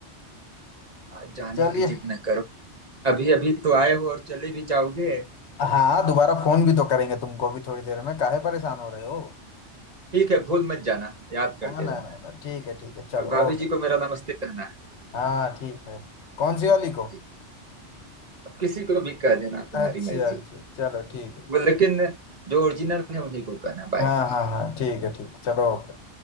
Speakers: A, on the right; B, on the left.
A: आज जाने
B: चलिए
A: की जिद न करो अभी अभी तो आए हो और चले भी जाओगे
B: हाँ दोबारा फोन भी तो करेंगे तुमको भी थोड़ी देर में काहे परेशान हो रहे हो
A: ठीक है भूल मत जाना याद करते
B: ना ना ना
A: रहना
B: ना, ठीक है ठीक है चलो
A: और भाभी
B: ओके
A: जी को मेरा नमस्ते कहना है
B: हाँ ठीक है कौन सी वाली को
A: ठीक। अब किसी को भी कह देना तुम्हारी
B: अच्छा
A: मर्जी
B: अच्छा चलो ठीक है
A: वो लेकिन जो ओरिजिनल है उन्हीं को कहना बाय
B: हाँ हाँ हाँ ठीक है ठीक चलो ओके